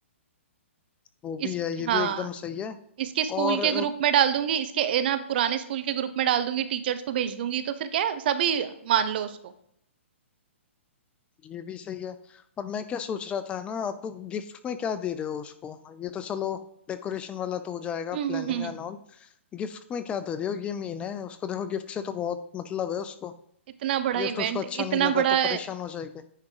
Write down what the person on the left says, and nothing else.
वो
भी है ये
भी एकदम सही है
और
ये भी सही है और मैं क्या सोच रहा था ना आप गिफ्ट में क्या दे रहे हो उसको ये तो चलो डेकोरेशन वाला तो हो जाएगा
प्लानिंग एंड ऑल गिफ्ट में क्या दे रहे हो ये मेन है उसको देखो गिफ्ट से तो बहुत मतलब है उसको
गिफ्ट
उसको अच्छा
नहीं लगा
तो परेशान हो जाएगी